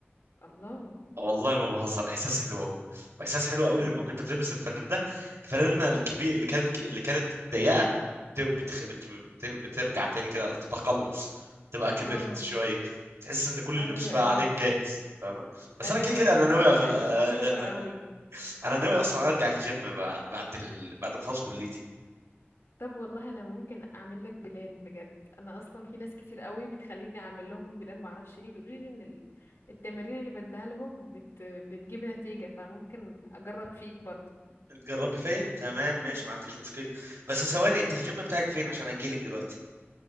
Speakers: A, on the left (about 80°); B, on the right (about 80°).
A: الله
B: والله ما بهزر احساس حلو قوي واحساس حلو قوي
A: مم.
B: لما كنت بتلبس الفنان ده الفنانه الكبير اللي كانت اللي كانت ضيقه بت- بتخ... بت... بت... بترجع تاني كده تتقلص تبقى كبرت
A: اه
B: شويه تحس ان كل
A: ايوه
B: اللبس بقى
A: ايوه
B: عليك جاهز فاهمه بس
A: ايوه
B: انا كده كده
A: بيبقى
B: انا ناوي
A: فعلا
B: أغ...
A: ح- حوار حلو قوي
B: <laughs> انا ناوي اصلا ارجع الجيم بع- بعد ال... بعد ما اخلص كليتي
A: طب والله انا ممكن اعمل لك بلان بجد انا اصلا في ناس كتير قوي بتخليني اعمل لهم بلان ما اعرفش ليه بيقولوا لي ان ال- التمارين اللي بديها لهم بت... بتجيب نتيجة فممكن اجرب فيك برضو
B: تجربي فيا تمام ماشي
A: <laughs>
B: ما عندكش مشكله بس ثواني انت الجيم بتاعك فين عشان اجيلك دلوقتي